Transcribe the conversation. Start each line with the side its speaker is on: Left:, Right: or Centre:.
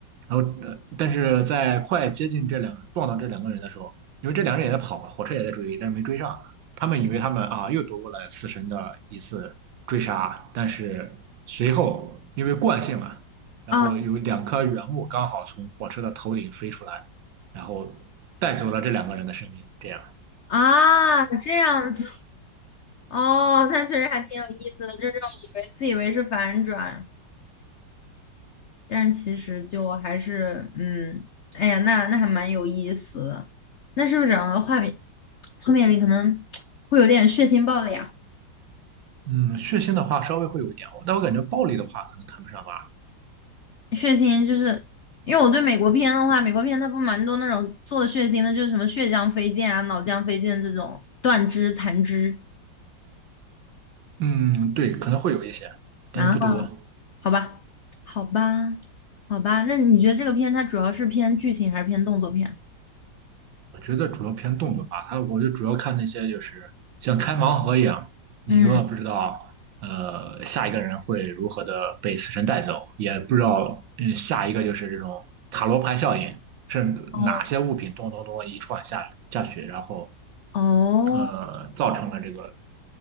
Right: 然后，呃，但是在快接近这两撞到这两个人的时候，因为这两个人也在跑嘛，火车也在追，但是没追上。他们以为他们啊又躲过了死神的一次追杀，但是随后因为惯性嘛，然后有两颗原木刚好从火车的头顶飞出来，
Left: 啊
Right: 然后带走了这两个人的生命。这样，
Left: 啊！这样子哦，那确实还挺有意思的，就是这种以为自以为是反转，但是其实就还是嗯，哎呀，那那还蛮有意思的。那是不是整个画面画面里可能会有点血腥暴力啊？
Right: 嗯，血腥的话稍微会有一点，但我感觉暴力的话可能谈不上吧。
Left: 血腥就是因为我对美国片的话，美国片它不蛮多那种做的血腥的，就是什么血浆飞溅啊、脑浆飞溅这种断肢、残肢。
Right: 嗯，对，可能会有一些，但是不多。
Left: 啊。好吧，好吧，好吧。那你觉得这个片它主要是偏剧情还是偏动作片？
Right: 我觉得主要偏动作吧，它我就主要看那些就是像开盲盒一样，你永远不知道。
Left: 嗯，
Right: 呃，下一个人会如何的被死神带走，也不知道。嗯，下一个就是这种塔罗牌效应，是哪些物品咚咚咚一串下下去，
Left: 哦
Right: 然后
Left: 哦
Right: 呃，造成了这个